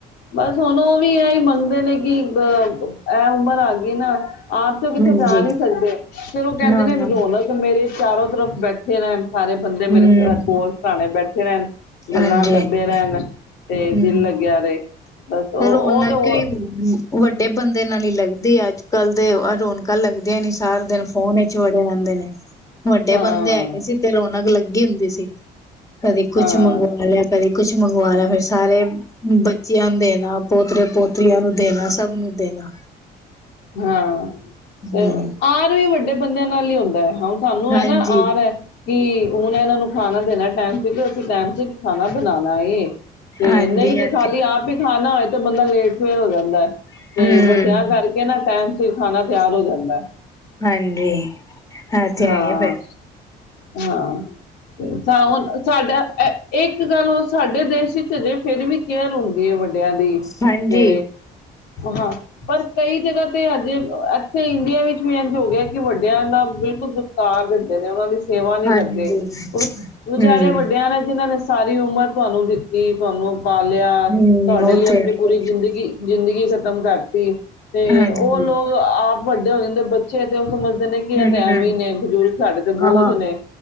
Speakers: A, on the left (about 80°); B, on the left (about 20°).
A: ਬਸ ਹੁਣ ਉਹ ਵੀ ਏ ਹੀ ਮੰਗਦੇ ਨੇ ਨੇ ਕਿ ਅ ਇਹ ਉਮਰ ਆ ਗਈ ਨਾ ਆਪ ਤੇ ਉਹ ਕਿਥੇ
B: ਹਾਂਜੀ
A: ਜਾ ਨਹੀ ਸਕਦੇ, ਫੇਰ ਉਹ ਕਹਿੰਦੇ
B: ਨਾ-ਨਾ
A: ਨੇ ਰੌਣਕ ਮੇਰੇ ਚਾਰੋਂ ਤਰਫ ਬੈਠੇ ਰਹਿਣ ਸਾਰੇ ਬੰਦੇ
B: ਹੂੰ
A: ਮੇਰੇ ਕੋਲ ਸਰਾਣੇ ਬੈਠੇ ਰਹਿਣ ਗੱਲਾਂ
B: ਹਾਂਜੀ-ਹਾਂਜੀ
A: ਕਰਦੇ ਰਹਿਣ ਤੇ
B: ਹੂੰ
A: ਦਿਲ ਲੱਗਿਆ ਰਹੇ <unintelligible> ਉਹ
B: ਰੌਣਕ
A: ਉਹ ਤੇ ਹੋ
B: ਵੱਡੇ ਬੰਦੇ ਨਾਲ ਹੀ ਲੱਗਦੀ ਦੀ ਅੱਜ ਕੱਲ ਦੇ ਰੌਣਕਾਂ ਲੱਗਦੀਆਂ ਨੀ ਸਾਰਾ ਦਿਨ ਫੋਨ ਵਿਚ ਵੜੇ ਰਹਿੰਦੇ ਨੇ। ਵੱਡੇ
A: ਹਾਂ
B: ਬੰਦੇ ਹੈਗੇ ਸੀ ਤੇ ਰੌਣਕ ਲੱਗੀ ਲੱਗੀ ਹੁੰਦੀ ਸੀ। ਕਦੇ ਕੁਛ
A: ਹਾਂ
B: ਮੰਗਵਾ ਲਿਆ ਕਦੇ ਕੁਛ ਮੰਗਵਾ ਲਿਆ ਫਿਰ ਸਾਰੇ ਬੱਚੇ ਆਉਂਦੇ ਨੇ ਪੋਤਰੇ ਪੋਤਰੀਆਂ ਨੂੰ ਦੇਣਾ ਸਭ ਨੂੰ ਦੇਣਾ।
A: ਹਾਂ ਤੇ
B: ਹੂੰ
A: ਆਰ ਵੀ ਵੱਡੇ ਬੰਦਿਆਂ ਨਾਲ ਹੀ ਹੁੰਦਾ ਹੈ। ਸਾਨੂੰ
B: ਹਾਂਜੀ
A: ਹੈ ਨਾ ਆਰ ਹੈ। ਕਿ ਹੁਣ ਇਹਨਾਂ ਨੂੰ ਖਾਣਾ ਦੇਣਾ ਟਾਈਮ ਤੇ ਤੇ ਅਸੀ ਟਾਈਮ ਤੇ ਖਾਣਾ ਬਣਾਉਣਾ ਏ ਤੇ
B: ਹਾਂਜੀ
A: ਨਹੀਂ ਤੇ
B: ਆ
A: ਖਾਲੀ ਆਪ ਹੀ ਖਾਣਾ ਹੋਏ ਤੇ ਬੰਦਾ ਲੇਟ ਫੇਰ ਹੋ ਜਾਂਦਾ
B: ਹੂੰ
A: ਤੇ ਵੱਡਿਆਂ ਕਰਕੇ ਨਾ ਟਾਇਮ ਸਿਰ ਖਾਣਾ ਤਿਆਰ ਹੋ ਜਾਂਦਾ।
B: ਹਾਂਜੀ ਏਹ ਤੇ
A: ਹਾਂ
B: ਹੈ ਹੀ ਫਿਰ।
A: ਹਾਂ ਹੁਣ ਸਾਡਾ ਇੱਕ ਗੱਲ ਹੋ ਸਾਡੇ ਦੇਸ਼ ਵਿੱਚ ਅਜੇ ਫਿਰ ਵੀ ਕੇਅਰ ਹੁੰਦੀ ਹੈ ਵੱਡਿ ਆਂ ਦੀ
B: ਹਾਂਜੀ
A: ਤੇ ਹਾਂ ਪਰ ਕਈ ਜਗ੍ਹਾ ਤੇ ਅੱਜ ਇੱਥੇ ਇੰਡੀਆ ਵਿੱਚ ਵੀ ਇੰਝ ਹੋ ਗਿਆ ਕਿ ਵੱਡਿਆਂ ਨਾਲ ਬਿਲਕੁਲ ਦੁਦਕਾਰ ਦਿੰਦੇ ਨੇ ਉਹਨਾਂ ਦੀ ਸੇਵਾ ਨੀ
B: ਹਾਂਜੀ
A: ਕਰਦੇ ਉਹ ਵਿਚਾਰੇ
B: ਹੂੰ
A: ਵੱਡਿਆਂ ਨੇ ਜਿਹਨਾਂ ਨੇ ਸਾਰੀ ਉਮਰ ਤੁਹਾਨੂੰ ਦਿੱਤੀ ਤੁਹਾਨੂੰ ਪਾਲਿਆ
B: ਹੂੰ
A: ਤੁਹਾਡੇ
B: ਉਹ
A: ਲਈ
B: ਤੇ
A: ਆਪਣੀ
B: ਹੈ
A: ਪੂਰੀ ਜ਼ਿੰਦਗੀ-ਜ਼ਿੰਦਗੀ ਖਤਮ ਕਰਤੀ ਤੇ
B: ਹੀ ਹਾਂਜੀ
A: ਉਹ ਲੋਕ ਆਪ ਵੱਡੇ ਹੋ ਜਾਂਦੇ ਬੱਚੇ ਤੋ ਸਮਝਦੇ ਨੇ ਕਿ ਇਹ
B: ਹੂੰ
A: ਤੇ ਐਵੇਂ ਹੀ ਨੇ ਬਜ਼ੁਰਗ ਸਾਡੇ ਤੇ ਬੋਛਨੇ
B: ਹਾਂ